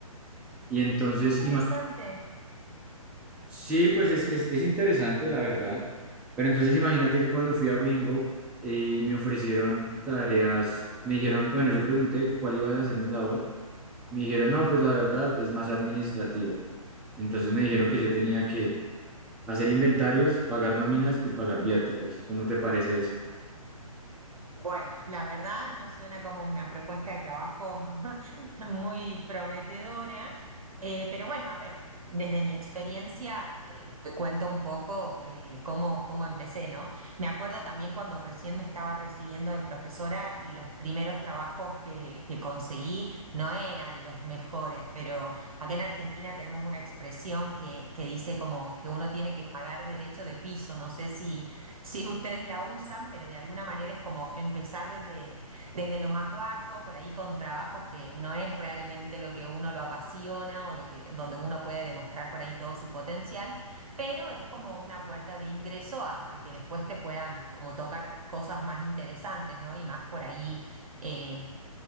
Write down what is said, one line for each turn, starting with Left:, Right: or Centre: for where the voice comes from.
Centre: Y entonces,
Right: Qué interesante.
Centre: Sí, pues es, es, es interesante, la verdad. Pero entonces imagínate que cuando fui a Wingo, eh, me ofrecieron tareas, me dijeron, bueno, yo pregunté que cuál iba a ser mi labor, me dijeron, no, pues la verdad es más administrativo. Entonces me dijeron que yo tenía que hacer inventarios, pagar nóminas y pagar viáticos. ¿Cómo te parece eso?
Right: Bueno, la verdad no suena como una propuesta de trabajo <laughs> muy prometedora, eh, pero bueno, a ver, desde mi experiencia te, te cuento un poco eh, cómo, cómo empecé, ¿no? Me acuerdo también cuando recién me estaba recibiendo de profesora, los primeros trabajos que, que conseguí no eran los mejores, pero acá en Argentina tenemos una expresión que, que dice como que uno tiene que pagar derecho de piso, no sé si si ustedes la usan, pero de alguna manera es como empezar desde, desde lo más bajo, por ahí con trabajos que no es realmente lo que uno lo apasiona o lo que, donde uno puede demostrar por ahí todo su potencial, pero es como una puerta de ingreso a, a que después te puedan como tocar cosas más interesantes, ¿no? Y más por ahí eh,